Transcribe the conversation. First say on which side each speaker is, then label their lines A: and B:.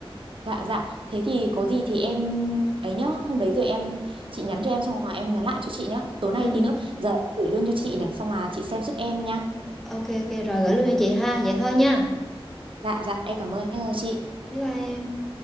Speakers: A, on the right; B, in the centre.
A: Dạ dạ, thế thì có gì thì em ấy nhá, hôm đấy rồi em chị nhắn cho em xong rồi em nhắn lại cho chị nhá. Tối nay
B: Ừ. ừ.
A: tí nữa giờ em gửi luôn cho chị này xong là chị xem giúp em nhá.
B: Ok ok rồi gửi luôn cho chị ha. Vậy thôi nha.
A: Dạ dạ, em cảm ơn em chào chị.
B: Bye bye. em.